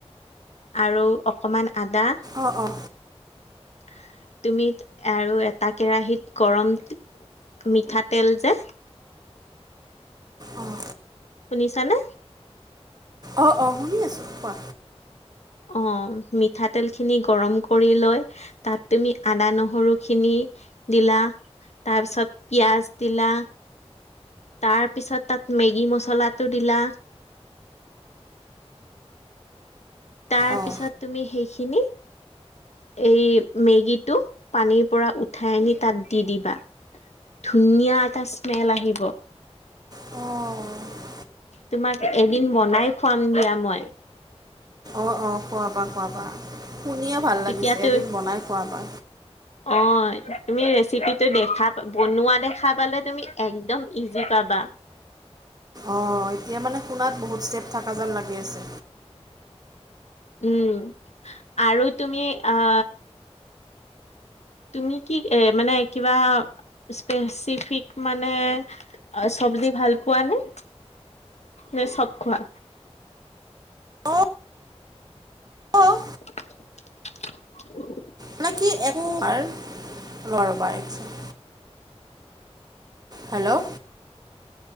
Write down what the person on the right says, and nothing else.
অ', অ'
অঁ
অ অ শুনি আছোঁ কোৱা?
অঁ
অ',
অ', অ' খোৱাবা-খোৱাবা শুনিয়ে ভাল
লাগিছে এদিন বনাই খোৱাবা।
অ'এতিয়া মানে শুনাত বহুত ষ্টেপ থকা যেন লাগি আছে।
অঁ অঁ
মানে কি একো একবাৰ লোৱাৰবা একচোন। হেল্ল'